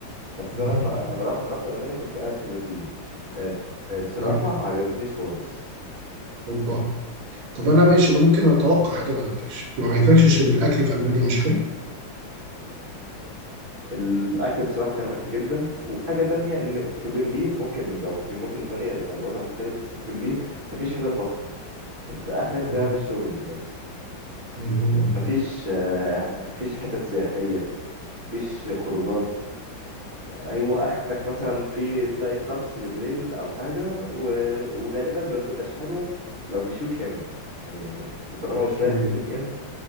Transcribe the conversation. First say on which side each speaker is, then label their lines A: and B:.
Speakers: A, on the right; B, on the right.
A: بس
B: مهم.
A: أنا ما... أنا راح... لما رحت ألمانيا كنت قاعد في برلين آه، آه، بصراحة
B: حلو
A: ما عجبتنيش خالص
B: اوروبا طب انا ماشي انا ممكن اتوقع حاجة ما عجبتكش ما عجبتكش عشان الاكل في المانيا مش حلو
A: الاكل بصراحه كان وحش جدا وحاجه تانية ان في برلين ممكن لو في مدن تانية يبقى الوضع مختلف بس في برلين انت مفيش حاجه تروحها انت اخرك
B: مهم.
A: تعمل شوبينج بس
B: مهم. مهم.
A: مفيش آه، مفيش حتت سياحيه مفيش خروجات هو اخرك مثلا في تلاقي كلابس بالليل او حاجه و- وغالبا ما بتبقاش حلوه لو مش ويك اند يعني طالما
B: اوكي
A: مش رايح في الويك اند